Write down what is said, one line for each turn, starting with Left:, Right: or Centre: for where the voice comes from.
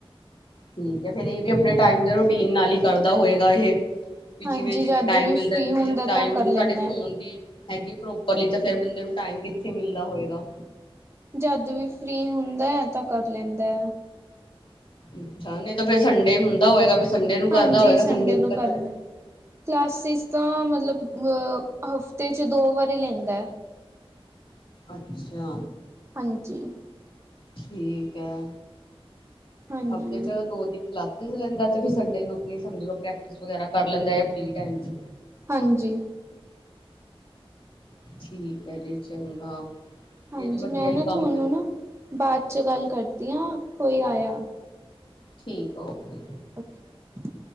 Left: ਠੀਕ ਹੈ ਫੇਰ ਇਹ ਵੀ ਆਪਣੇ ਟਾਈਮ ਦੇ ਰੂਟੀਨ ਨਾਲ ਹੀ ਕਰਦਾ ਹੋਏਗਾ ਇਹ ਵੀ
Right: ਹਾਂਜੀ
Left: ਜਿਵੇਂ-ਜਿਵੇਂ
Right: ਜਦ
Left: ਟਾਈਮ
Right: ਵੀ
Left: ਮਿਲਦਾ
Right: ਫ੍ਰਰੀ
Left: ਕਿਉਕਿ
Right: ਹੁੰਦਾ
Left: ਜ ਟਾਈਮਿੰਗ
Right: ਤਾਂ ਕਰ ਲੈਂਦਾ
Left: ਸਾਡੇ ਸੋਨ ਦੀ ਹੈਗੀ ਪ੍ਰੋਪਰਲੀ ਤਾਂ ਫਿਰ ਬੰਦੇ ਨੂੰ ਟਾਈਮ ਕਿੱਥੇ ਮਿਲਦਾ ਹੋਏਗਾ।
Right: ਜਦ ਵੀ ਫ੍ਰਰੀ ਹੁੰਦਾ ਤਾਂ ਕਰ ਲੈਂਦਾ।
Left: ਅੱਛਾ ਨਹੀਂ ਤਾਂ ਫੇਰ ਸੰਡੇ ਹੁੰਦਾ ਹੋਏਗਾ। ਸੰਡੇ ਨੂੰ ਕਰਦਾ
Right: ਹਾਂਜੀ
Left: ਹੋਏਗਾ
Right: ਸੰਡੇ ਨੂੰ
Left: ਤਾਂ
Right: ਕਰਨ
Left: ਚੱਲ
Right: ਕਲਾਸਿਸ ਤਾਂ ਮਤਲਬ ਅ ਹਫ਼ਤੇ 'ਚ ਦੋ ਵਾਰੀ ਲੈਂਦਾ।
Left: ਅੱਛਾ
Right: ਹਾਂਜੀ
Left: ਠੀਕ ਹੈ
Right: ਹਾਂਜੀ
Left: ਹਫ਼ਤੇ ਚ ਦੋ ਤੀਨ ਕਲਾ ਸੀਸ ਲੈਂਦਾ ਤੇ ਫੇਰ ਸੰਡੇ ਨੂੰ ਅਪਣੀ ਸਮਝ ਲੋਓ ਪ੍ਰੈਕਟਿਸ ਵਗੈਰਾ ਕਰ ਲੈਂਦਾ ਆ ਫਰੀ ਟੈਮ 'ਚ
Right: ਹਾਂਜੀ
Left: ਠੀਕ ਹੇ ਜੀ ਚੰਗਾ
Right: ਹਾਂਜੀ,
Left: ਇਹ ਵੀ ਵਧੀਆ
Right: ਮੈਂ
Left: ਹੀ
Right: ਨਾ
Left: ਕੰਮ
Right: ਤੁਹਾਨੂੰ
Left: ਹੈ
Right: ਨਾ, ਬਾਅਦ ਚ ਗੱਲ ਕਰਦੀ ਹਾਂ ਕੋਈ ਆਇਆ।
Left: ਠੀਕ ਆ ਓਕੇ।
Right: ਓਕੇ।